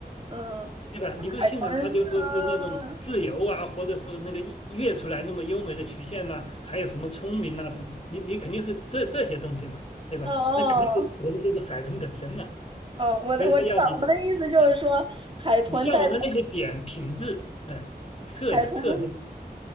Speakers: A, on the right (about 30°); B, on the left (about 35°).
A: 嗯，
B: 对吧？
A: 那海豚，
B: 你不是欣赏它，就说是那种自由啊，
A: 呃，
B: 或者说那个跃出来那么优美的曲线嘛，还有什么聪明啊什么，你你肯定是这这些东西嘛，对吧？
A: 哦哦，
B: 那肯定不肯定是海豚本身嘛，
A: 哦我的我知道，
B: 所以它要你，
A: 我的意思就是说，
B: 嗯，
A: 海豚代表
B: 你向往的那些点品质，嗯，特特征，
A: 海豚的